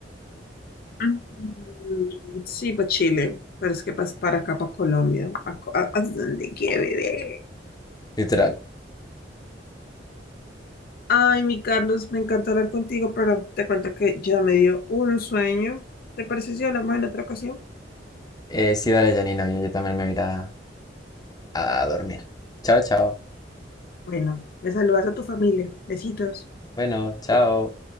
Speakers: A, on the left (about 55°); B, on the left (about 20°).
A: Mm, Sí, para Chile, pero es que pas- para acá, para Colombia, a, co- a- a donde quiera, bebé.
B: Literal.
A: Ay, mi Carlos, me encanta hablar contigo, pero te cuento que ya me dio un sueño. ¿Te parece si hablamos en otra ocasión?
B: Eh, sí, dale, Janina, oye, yo también me iré a, a dormir. Chao, chao.
A: Bueno, me saludas a tu familia. Besitos.
B: Bueno, chao.